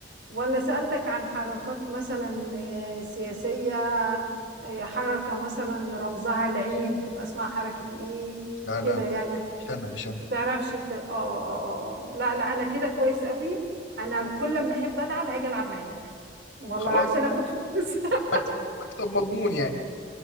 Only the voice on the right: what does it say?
ولا سألتك عن حركات مثلا آه، سياسية آه، حركة مثلا رمزها العين تبقى اسمها حركة ايه
كده
يعني
ما تعرفش انت- اه اه اه آه. لا لا انا كده كويس قوي انا كل ما احب العب هاجي العب معاك والله
عشان اخد فلوس <laughs>